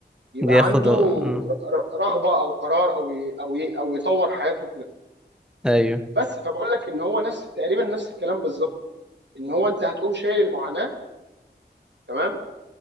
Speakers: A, on the right; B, in the centre.
A: يبقى
B: بياخد
A: عنده
B: امم
A: ر- ر- رغبه او قرار او ي... او ي... او يطور حياته كده
B: ايوه
A: بس فبقول لك ان هو نفس تقريبا نفس الكلام بالظبط ان هو انت هتقوم شايل المعاناه تمام